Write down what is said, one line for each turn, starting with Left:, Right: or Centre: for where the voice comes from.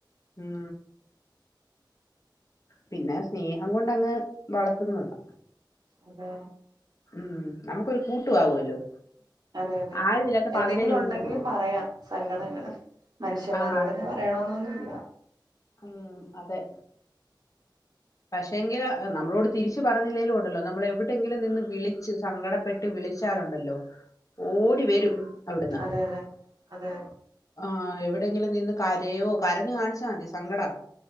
Left: ഉം പിന്നെ സ്നേഹം കൊണ് ന്നങ്ങ് വളർത്തുന്നതാ
Right: അതെ
Left: ഉം നമുക്കൊരു കൂട്ടുവാകുവല്ലോ.
Right: അതെ അതെ
Left: ആരുമില്ലാത്തപ്പോ
Right: എന്തെങ്കിലും
Left: അതിനെ ഞോണ്ടിക്കൊണ്ടു
Right: ഉണ്ടെങ്കില്
Left: പോവും.
Right: പറയാം സങ്കടങ്ങള് മനുഷ്യന്മാരോട്ന്നെ
Left: ആഹ് അതെ
Right: പറയണോന്നൊന്നുല്ല
Left: ഉം അതെ പക്ഷെ എങ്കില് നമ്മളോട് തിരിച്ചു പറഞ്ഞില്ലേലും ഒണ്ടല്ലോ നമ്മൾ എവിടെയെങ്കിലും നിന്ന് വിളിച്ച് സങ്കടപ്പെട്ട് വിളിച്ചാലുണ്ടല്ലോ ഓടി വരും
Right: ഉം
Left: അവിട്ന്ന്
Right: അതെ അതെ അതെ
Left: ആ എവി ടെങ്കിലിം നിന്ന് കാരയോ കരഞ്ഞ് കാണിച്ചാതി സങ്കട